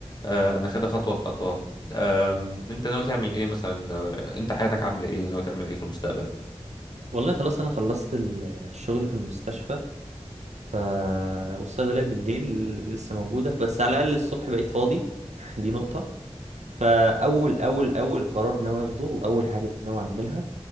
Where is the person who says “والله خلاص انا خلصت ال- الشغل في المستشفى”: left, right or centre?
Right